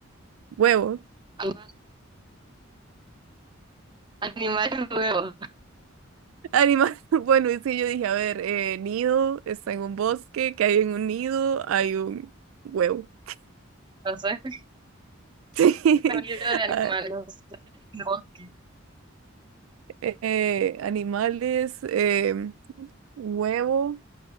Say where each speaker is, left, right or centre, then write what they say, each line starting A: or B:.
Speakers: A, on the right; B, on the right.
A: Huevo.
B: Animal, animal y huevo.
A: Animal. <laughs> Bueno, y sí, yo dije, a ver, eh, nido está en un bosque, que hay en un nido, hay un huevo. <laughs>
B: <laughs>
A: Sí.
B: sonido de animales.
A: Ah,
B: No. Ok.
A: Eh, animales, eh, huevo.